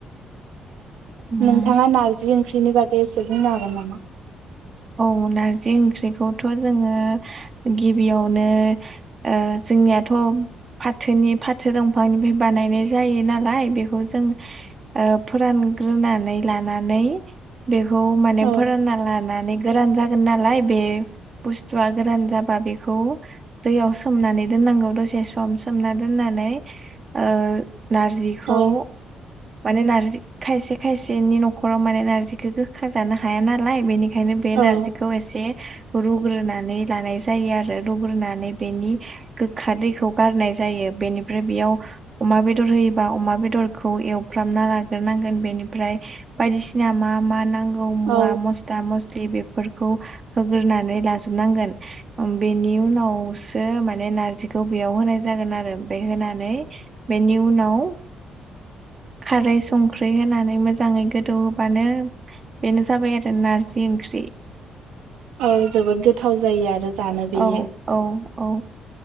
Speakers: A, on the right (about 35°); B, on the right (about 85°).
A: उम
B: नोंथाङा नारजि ओंख्रिनि बागै एसे बुंनो हागोन नामा?
A: औ नारजि ओंख्रि खौथ जोंङो गिबियावनो ओ जोंनिआथ' फाथो फाथो दंफांनिफ्राय बानायनाय जायो नालाय बेखौ जों फोरानग्रोनानै लानानै बेखौ माने
B: औ
A: फोरानना लानानै गोरान जागोन नालाय बे बुस्थुआ गोरान जाबा बेखौ दैयाव सोमनानै दोन नांगौ दसे सम सोमना दोन्नानै ओ नारजिखौ
B: औ
A: माने नारजि खायसे खायसेनि न'खराव माने नार्जिखौ गोखा जानो हाया नालाय बेनि खायनो बे
B: औ
A: नारजिखौ एसे रुग्रोनानै लानाय जायो आरो रुग्रोनानै बेनि गोखा दैखौ गारनाय जायो। बेनिफ्राय बेयाव अमा बेदर होयोबा अमा बेदरखौ एवफ्रामना लाग्रोनांगोन बेनिफ्राय बायदिसिना मा मा नांग गौ मुवा
B: औ
A: मस्ला मस्लि बेफोरखौ होग्रोनानै लाजोबनांगोन। बेनि उनावसो माने नारजिखौ बेयाव होनाय जागोन आरो ओमफाय होनानै बेनि उनाव खारै संख्रि होनानै मोजाङै गोदौ होबानो बेनो जाबाय आरो नारजि ओंख्रि।
B: औ जोबोद गोथाव जायो आरो। जानो बेयो
A: औ औ औ।